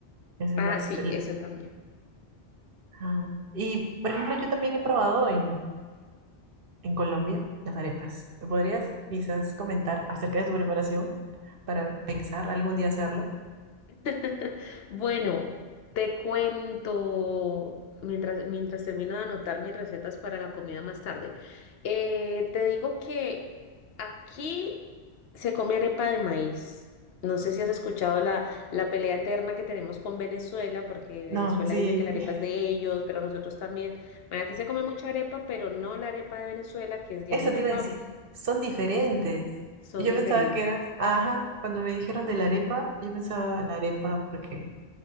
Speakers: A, on the right (about 60°); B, on the left (about 65°).
A: Esa
B: Ah,
A: es la...
B: sí,
A: el-
B: eso también.
A: ah. Y, por ejemplo, yo también he probado en, en Colombia las arepas. ¿Me podrías quizás comentar acerca de su preparación para pensar algún día hacerla?
B: <laughs> Bueno, te cuento mientras, mientras termino de anotar mis recetas para la comida más tarde. Eh, te digo que aquí se come arepa de maíz. No sé si has escuchado la, la pelea eterna que tenemos con Venezuela, porque Venezuela
A: No, sí.
B: dice que la arepa
A: <laughs>
B: es de ellos, pero nosotros también. Bueno, aquí se come mucha arepa, pero no la arepa de Venezuela, que es de
A: Eso
B: harina
A: te iba
B: PAN.
A: a decir. Son diferentes.
B: Son
A: Y Yo
B: diferentes.
A: pensaba que era, ajá, cuando me dijeron de la arepa, yo pensaba la arepa porque